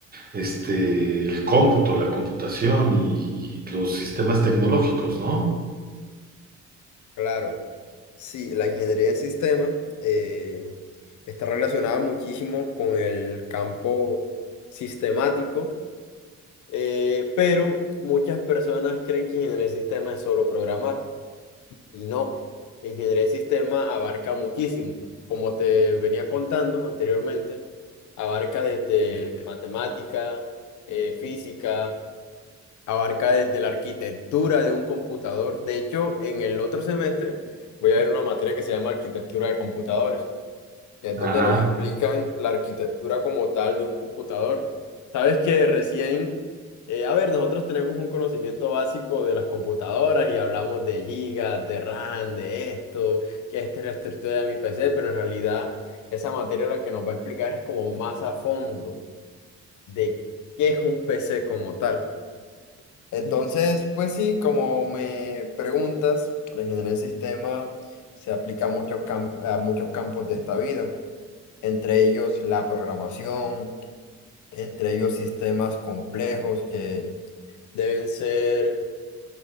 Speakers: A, on the right; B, on the left.
A: este, el cómputo, la computación y, y los sistemas tecnológicos, ¿no?
B: Claro, sí, la ingeniería en sistemas eh, está relacionada muchísimo con el campo sistemático Eh, pero muchas personas creen que ingeniería de sistema es solo programar y no. Ingeniería de sistema abarca muchísimo. Como te venía contando anteriormente, abarca desde matemática, eh, física, abarca desde la arquitectura de un computador. De hecho, en el otro semestre voy a ver una materia que se llama arquitectura de computadores es
A: Ajá.
B: donde nos explican la arquitectura como tal de un computador. Sabes que recién, eh, a ver, nosotros tenemos un conocimiento básico de las computadoras y hablamos de gigas, de RAM, de esto, que esta es la estructura de mi PC, pero en realidad esa materia la que nos va a explicar es como más a fondo de qué es un PC como tal. Entonces, pues sí, como me preguntas, la ingeniería del sistema se aplica a muchos camp- a muchos campos de esta vida entre ellos la programación, entre ellos sistemas complejos que deben ser